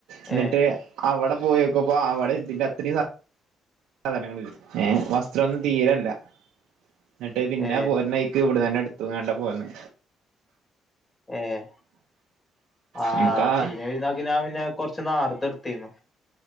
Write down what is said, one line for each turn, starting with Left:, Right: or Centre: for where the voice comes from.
Right: ഇന്നിട്ട്
Left: ഏഹ്
Right: അവടെ പോയക്കപ്പോ അവിടെ ഇതിന്റത്രയും സാ സാധനങ്ങൾ ഏഹ് വസ്ത്രന്നും തീരല്ല ന്നട്ട് പിന്നെ
Left: ഏഹ്
Right: പോർനൈക്ക് ഇവിടന്നന്നെ എടുത്തുക്കാണ്ടാ പോന്നെ
Left: ഏഹ് ആഹ്
Right: നമുക്കാ
Left: കഴിഞ്ഞ പെർന്നാക്കി ഞാൻ പിന്നെ കൊറച്ച് ന്നാർത്തെടുത്തീന്നു